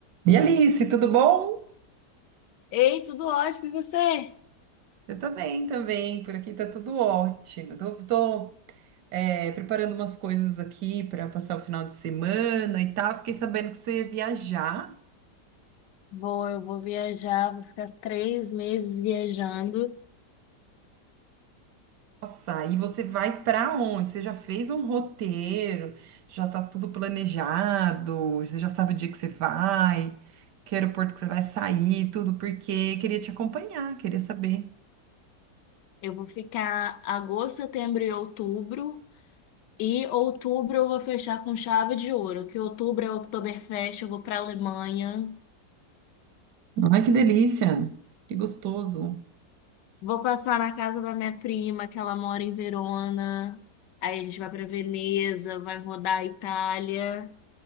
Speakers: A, on the right; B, on the left.
A: E Alice, tudo bom?
B: Ei, tudo ótimo, e você?
A: Eu também, também. Por aqui tá tudo ótimo. Tô, tô, é, preparando umas coisas aqui para passar o final de semana e tal. Fiquei sabendo que você ia viajar.
B: Vou, eu vou viajar, vou ficar três meses viajando.
A: Nossa, e você vai para onde? Você já fez um roteiro? Já tá tudo planejado? Você já sabe o dia que você vai? Que aeroporto que você vai sair? Tudo porque queria te acompanhar, queria saber.
B: Eu vou ficar agosto, setembro e outubro. E outubro eu vou fechar com chave de ouro, que outubro é o Oktoberfest, eu vou pra Alemanha.
A: Ai, que delícia! Que gostoso!
B: Vou passar na casa da minha prima, que ela mora em Verona. Aí a gente vai pra Veneza, vai rodar a Itália.